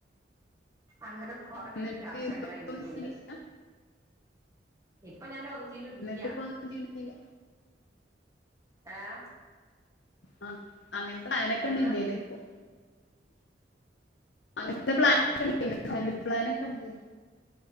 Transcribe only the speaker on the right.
അങ്ങനെ കൊറേ
ക്യാഷ്
അങ്ങനേ അയ്ന്ന് പോയിക്ക്‌ണ്
ഇപ്പ ഞാന് ഒന്നും നും ഇല്ലാ
ആഹ്
എന്താ
ആ